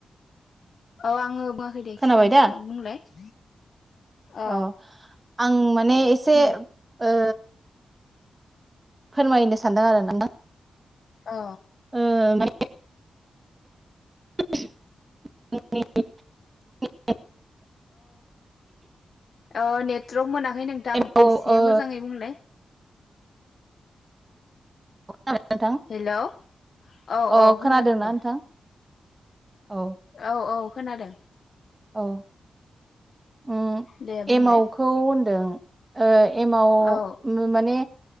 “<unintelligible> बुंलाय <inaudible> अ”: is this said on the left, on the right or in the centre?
Left